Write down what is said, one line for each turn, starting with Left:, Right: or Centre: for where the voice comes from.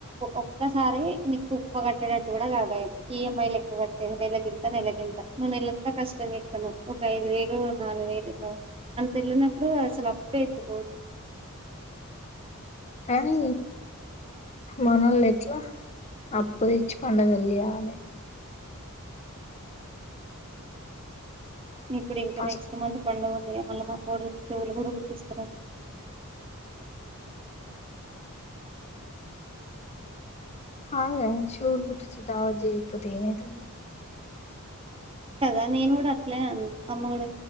Right: ఒక్కసారి నీకు కుప్ప కట్టేటట్టు కూడ <unintelligible> ఈఎంఐ లెక్క కట్టేది నెలగింత నెల వెళ్ళంతా కష్టంస్తున్నాం ఒక ఐదు వేలు నాలుగు వేలు అంత వెళ్ళినప్పుడు అప్పేత్కోదు
Left: కానీ మనోళ్లు ఎట్లా అప్పు తెచ్చి పండగలు చేయాలి
Right: ఇప్పుడు ఇంక
Left: ఫస్ట్
Right: నెక్స్ట్ మంత్ పండగ అద మళ్ళీ మా కోడి చెవులు కూడా కుట్టిస్తన్నారు
Left: హా శవుల్ కుటించి దవద్ చేయకపోతే ఏమైతది
Right: కదా నేను కూడ అట్లే అన్న అమ్మ కూడా